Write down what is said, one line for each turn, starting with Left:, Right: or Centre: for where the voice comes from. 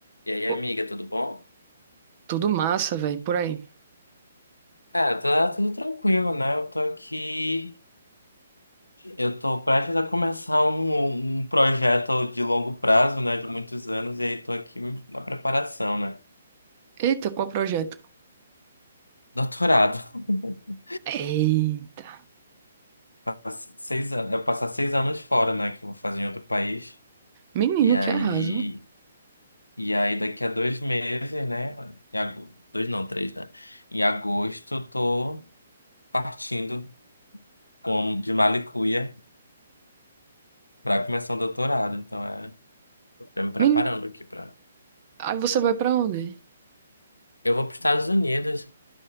Left: E aí,
Right: Pô,
Left: amiga, tudo bom?
Right: Tudo massa, velho, por aí.
Left: Cara, tá tudo tranquilo, né? Eu tô aqui, eu tô prestes a começar um, um projeto de longo prazo, né? De muitos anos, e aí tô aqui na preparação, né?
Right: Eita, qual projeto?
Left: Doutorado. <laughs>
Right: Eita.
Left: Passe- Seis anos, eu passar seis anos fora, né? Que eu vou fazer em outro país.
Right: Menino,
Left: E aí,
Right: que arraso.
Left: e aí daqui a dois meses, né? Em agosto, dois não, três, né? Em agosto, eu tô partindo como de Malicuia pra começar o doutorado. Então é Tô me preparando
Right: Menino,
Left: aqui pra.
Right: aí você vai pra onde?
Left: Eu vou para os Estados Unidos,